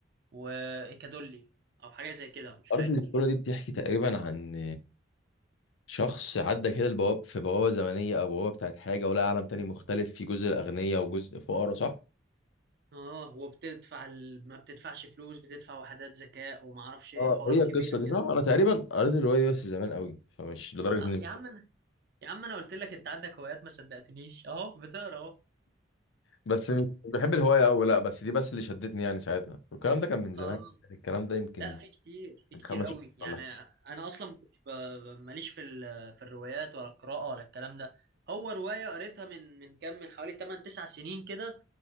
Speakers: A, on the right (about 55°); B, on the left (about 85°).
A: وإيكادولي أو حاجة زي كده مش فاكر
B: أرض الزيكولا دي بتحكي تقريبا عن شخص عدى كده البواب في بوابة زمنية أو بوابة بتاعت حاجة ولقى عالم تاني مختلف في جزء الأغنياء وجزء فقراء صح؟
A: اه وبتدفع ال... ما بتدفعش فلوس بتدفع وحدات ذكاء وما اعرفش ايه
B: اه
A: حوارات
B: هي القصة
A: كبيره كده
B: دي صح؟ أنا تقريبا قريت الرواية دي بس زمان قوي فمش لدرجة
A: آه
B: إني
A: يا عم أنا- يا عم انا قلت لك انت عندك هوايات ما صدقتنيش اهو بتقرا اهو
B: بس مش مش بحب الهواية أوي لأ بس دي بس اللي شدتني يعني ساعتها والكلام ده كان من زمان
A: اه
B: يعني الكلام ده يمكن
A: لا في كتير في
B: من
A: كتير
B: خمس
A: قوي
B: سنين
A: يعني
B: ولا حاجة
A: انا اصلا ما كنتش ب- ب- ماليش في ال- في الروايات ولا القراءه ولا الكلام ده هو روايه قريتها من من كام من حوالي 8 9 سنين كده